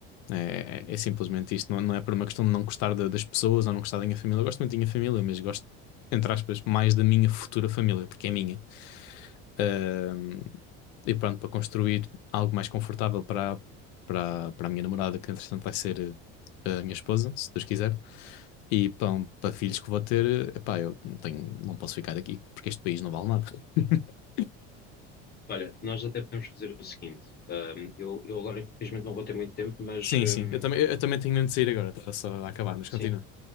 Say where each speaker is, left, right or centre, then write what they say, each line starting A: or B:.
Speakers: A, on the left (about 70°); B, on the left (about 30°).
A: É, é- é simplesmente isto, não, não é por uma questão de não gostar da- das pessoas ou não gostar da minha família. Eu gosto muito da minha família, mas gosto, entre aspas, mais da minha futura família, porque é minha. Ahm, e pronto, para construir algo mais confortável para, para, para a minha namorada, que entretanto vai ser eh, a minha esposa, se Deus quiser. E pão, para filhos que vou ter, eh, epá, eu não tenho, não posso ficar aqui, porque este país não vale nada. <laughs>
B: Olha, nós até podemos fazer o seguinte: ahm, eu, eu agora infelizmente não vou ter muito tempo, mas
A: Sim,
B: ahm,
A: sim, eu também, eu também tenho mesmo de sair agora, estava só a acabar, mas
B: sim,
A: continua.